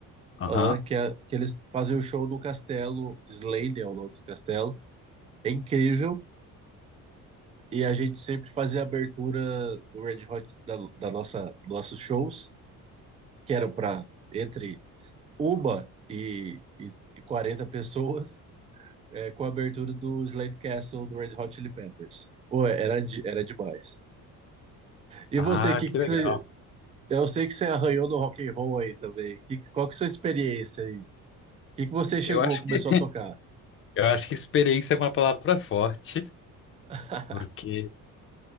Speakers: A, on the left; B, on the right.
A: Aham.
B: Aham, que, é, que eles fazem o show no castelo, Slade é o nome do castelo. É incrível. E a gente sempre fazia a abertura do Red Hot da, da nossa nossos shows, que era para entre Uma e, e, e 40 pessoas é, com a abertura do Slade Castle do Red Hot Chili Peppers. Pô, era, de- era demais. E
A: Ah,
B: você, que
A: que
B: que
A: legal.
B: você, eu sei que você arranhou no rock and roll aí também. Que, que- qual que é a sua experiência aí? O que, que você chegou,
A: Eu acho
B: começou
A: que
B: a tocar?
A: eu acho que experiência é uma palavra forte,
B: <laughs>
A: porque